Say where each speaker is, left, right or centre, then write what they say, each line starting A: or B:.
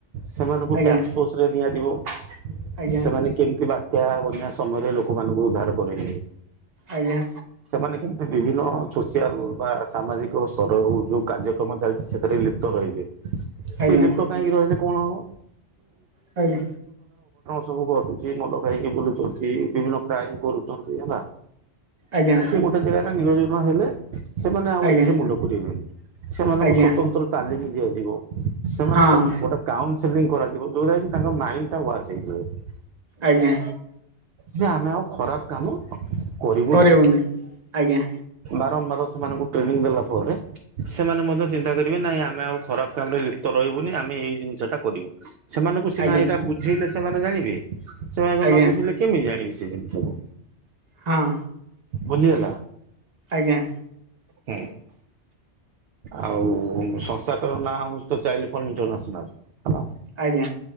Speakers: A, on the right; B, on the right.
A: ସେମାନଙ୍କୁ
B: ଆଜ୍ଞା
A: ଟାକ୍ସ ପୋସ୍ ରେ ନିଆଯିବ।
B: ଆଜ୍ଞା
A: ସେମାନେ କେମିତି ବାତ୍ୟା ବନ୍ୟା ସମୟରେ ଲୋକମାନଙ୍କୁ ଉଦ୍ଧାର କରାଇବେ
B: ଆଜ୍ଞା।
A: ସେମାନେ କେମିତି ବିଭିନ୍ନ ସୋସିଆଲ୍ ବା ସାମାଜିକ ସ୍ତର ଯଉ କାର୍ଯ୍ୟ କ୍ରମ ଚାଲିଚି ସେଥିରେ ଲିପ୍ତ ରହିବେ। ସିଏ
B: ଆଜ୍ଞା
A: ଲିପ୍ତ କାହିଁକି ରହିଲେ କଣ ହବ?
B: ଆଜ୍ଞା
A: ସବୁ ଘଟୁଚି ମଦ ଖାଇକି ବୁଲୁଚନ୍ତି ବିଭିନ୍ନ କ୍ରାଇମ୍ କରୁଚନ୍ତି ହେଲା।
B: ଆଜ୍ଞା।
A: ସେ ଗୋଟେ ଜାଗାରେ ନିୟୋଜନ ହେଲେ ସେମାନେ ଆଉ
B: ଆଜ୍ଞା
A: ଏଥିରେ ମୁଣ୍ଡ ପୁରେଇବେନି ସେମାନଙ୍କୁ
B: ଆଜ୍ଞା
A: ସ୍ଵତନ୍ତ୍ର ତାଲିମ୍ ଦିଆଯିବ ସେମାନଙ୍କ
B: ହଁ
A: ଗୋଟେ କାଉନସେଲିଂ କରାଯିବ ଯଉଟା କି ତାଙ୍କ ମାଇଣ୍ଡ୍ ଟା ୱାସ୍ ହେଇଯିବ।
B: ଆଜ୍ଞା।
A: ଯେ ଆମେ ଆଉ ଖରାପ୍ କାମ କରିବୁ
B: କରିବୁନି
A: ନାହିଁ।
B: ଆଜ୍ଞା
A: ବାରମ୍ବାର ସେମାନଙ୍କୁ ଟ୍ରେନିଂ ଦେଲା ପରେ ସେମାନେ ମଧ୍ୟ ଚିନ୍ତା କରିବେ ନାହିଁ ଆମେ ଆଉ ଖରାପ୍ କାମ ରେ ଲିପ୍ତ ରହିବୁନି ଆମେ ଏଇ ଜିନିଷ ଟା କରିବୁ। ସେମାନଙ୍କୁ ସିନା
B: ଆଜ୍ଞା
A: ଏଇଟା ବୁଝେଇଲେ ସେମାନେ ଜାଣିବେ ସେମାନଙ୍କୁ
B: ଆଜ୍ଞା
A: ନବୁଝିଲେ କେମିତି ଜାଣିବେ ସେ ଜିନିଷକୁୁ।
B: ହଁ।
A: ବୁଝିହେଲା।
B: ଆଜ୍ଞା।
A: ହୁଁ। ଆଉ ସଂସ୍ଥା ତ ନାଁ ତ ଚାଇଲ୍ଡ ଫଣ୍ଡ୍ ଇଣ୍ଟରନାସନାଲ୍ ହେଲା।
B: ଆଜ୍ଞା